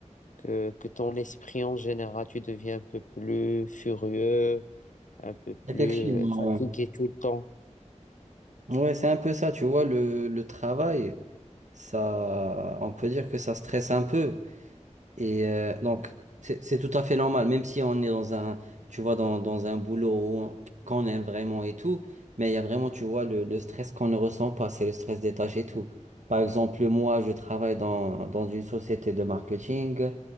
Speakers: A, on the left (about 85°); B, on the right (about 70°).
A: que, que ton esprit en général. Tu deviens un peu plus furieux, un peu plus
B: Effectivement,
A: euh, fatigué
B: ouais.
A: tout le temps.
B: Ouais, c'est un peu ça, tu vois, le, le travail, ça, on peut dire que ça stresse un peu. Et euh, donc, c'est c'est tout à fait normal, même si on est dans un, tu vois, dans, dans un boulot où on- qu'on aime vraiment et tout, mais il y a vraiment, tu vois, le, le stress qu'on ne ressent pas, c'est le stress des tâches et tout. Par exemple, moi, je travaille dans, dans une société de marketing,